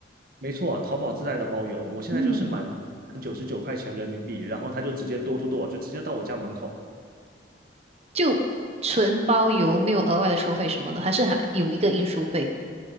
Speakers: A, on the right (about 50°); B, on the right (about 35°).
A: 没错，淘宝自带的包邮，我现在就是满九十九块钱人民币，
B: 嗯，
A: 然后他就直接 d o o 就直接到我家门口，
B: 就纯包邮，没有额外的收费什么的，还是还有一个运输费？